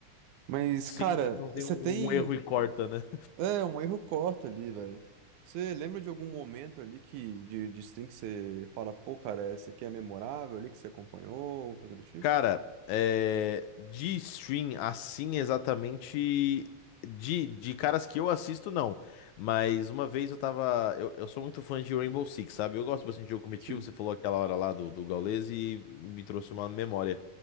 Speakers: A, on the right; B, on the left.
A: Mas,
B: Sim,
A: cara,
B: não tem
A: você
B: um
A: tem.
B: um erro e corta, né?
A: É, um erro corta ali, velho. Você lembra de algum momento ali que de, de stream que você fala, pô, cara, essa aqui é memorável ali que você acompanhou, coisa do tipo?
B: Cara, é, de stream assim exatamente de, de caras que eu assisto, não. Mas uma vez eu tava. Eu, eu sou muito fã de Rainbow Six, sabe? Eu gosto bastante de jogo competitivo.
A: Sim.
B: Você falou aquela hora lá do, do Gaules e me trouxe uma memória